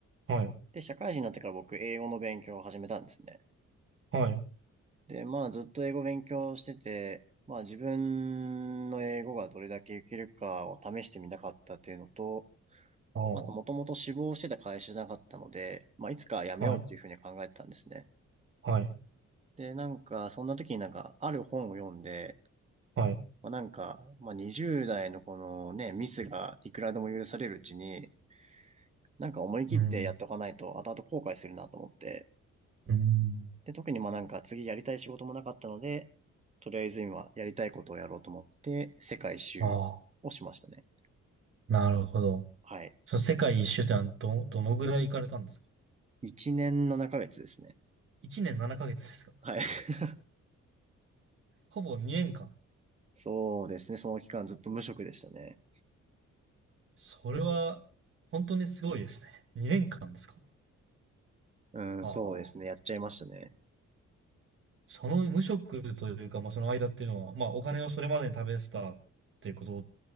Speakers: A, on the right (about 45°); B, on the right (about 25°).
A: はい、
B: で、社会人になってから僕、英語の勉強を始めたんですね。
A: はい、
B: で、まあずっと英語勉強してて、まあ自分の英語がどれだけいけるかを試してみたかったっていうのと、
A: ああ、
B: まあともともと志望してた会社じゃなかったので、まあいつか辞めようっていうふうに考えてたんですね。
A: はい、はい、
B: で、なんかそんな時になんかある本を読んで、
A: はい。
B: まあなんか、まあ20代のこのね、ミスがいくらでも許されるうちに、なんか思い切ってやっておかないと後々後悔するなと思って、
A: うん、うん。
B: で、特にまあなんか次やりたい仕事もなかったので、とりあえず今やりたいことをやろうと思って、世界一周をしましたね。
A: ああ、なるほど。
B: はい。
A: その世界一周ってのはど、どのぐらい行かれたんですか
B: 1年7ヶ月ですね。
A: ?1 年7ヶ月ですか
B: はい。<laughs>
A: ほぼ2年間。
B: そうですね。その期間ずっと無職でしたね。
A: それは本当にすごいですね。2年間ですか。
B: うん、
A: ああ。
B: そうですね。やっちゃいましたね。
A: その無職というか、まあ、その間っていうのは、まあ、お金をそれまでに食べてたっていうこと